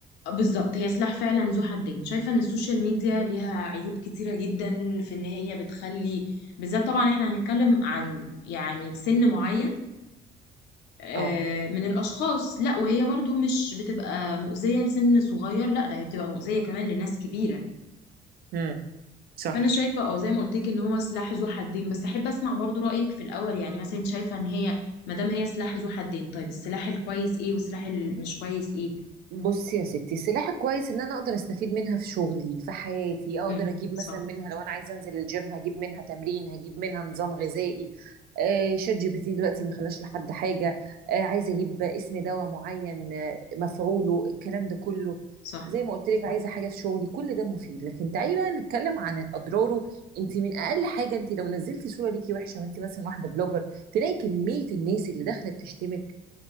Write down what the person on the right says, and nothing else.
اه
مم. صح
بصي يا ستي السلاحة كويس ان انا اقدر استفيد منها في شغلي في حياتي اقدر
اجيب مثلا
منها لو انا عايزه انزل الجيم هجيب منها تمرين هجيب منها نظام غذائي آه شات جي بي تي دلوقتي ما خلاش لحد حاجه آه عايزه اجيب اسم دواء معين آه مفعوله الكلام ده كله
زي ما قلت لك عايزه حاجه في شغلي كل ده مفيد لكن تعالي بقى نتكلم عن اضراره انت من اقل حاجه انت لو نزلتي صوره ليكي وحشه وانت مثلا واحده بلوجر تلاقي كميه الناس اللي داخله بتشتمك